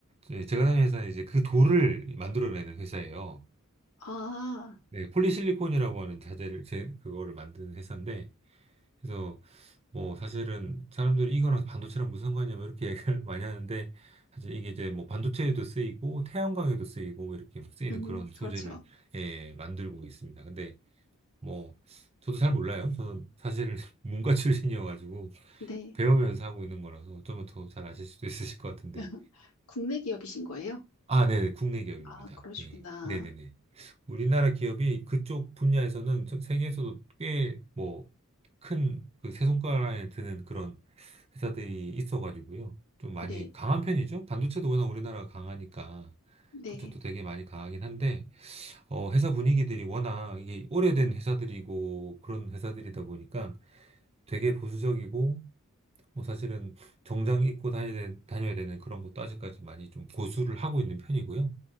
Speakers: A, on the right (about 30°); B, on the left (about 85°).
A: 이제 제가 다니는 회사는 이제 그 돌을 만들어내는 회사예요.
B: 아,
A: 네, 폴리실리콘이라고 하는 자재를 제 그거를 만드는 회사인데 그래서 뭐 사실은 사람들이 이거랑 반도체랑 무슨 상관이냐면 이렇게 얘기를 <laughs> 많이 하는데 사실 이게 이제 뭐 반도체에도 쓰이고 태양광에도 쓰이고 이렇게 막 쓰이는
B: 음,
A: 그런 소재를
B: 그렇죠.
A: 예, 만들고 있습니다. 근데 뭐 저도 잘 몰라요. 저는 사실 <laughs> 문과 출신이어가지고
B: 네.
A: 배우면서 하고 있는 거라서 좀 더 잘 아실 수도 있으실 것 같은데
B: <laughs> 국내 기업이신 거예요?
A: 아, 네네. 국내 기업입니다.
B: 아, 그러시구나.
A: 예. 네네네. 우리나라 기업이 그쪽 분야에서는 전 세계에서도 꽤 뭐 큰 그 세 손가락에 드는 그런 회사들이 있어가지고요. 좀 많이
B: 네,
A: 강한 편이죠. 반도체도 워낙 우리나라가 강하니까
B: 네,
A: 그쪽도 되게 많이 강하긴 한데 어, 회사 분위기들이 워낙 이게 오래된
B: 음,
A: 회사들이고 그런 회사들이다 보니까 되게 보수적이고 뭐 사실은 정장 입고 다녀야, 되, 다녀야 되는 그런 것도 아직까지 많이 좀 고수를 하고 있는 편이고요.